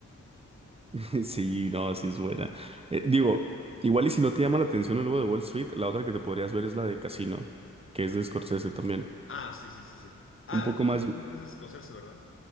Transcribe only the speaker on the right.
<laughs> Sí, no, sí es buena. Eh, digo, igual y si no te llama la atención el lobo de Wall Street, la otra que te podrías ver es la de Casino, que es de Scorsese también.
Un poco
más.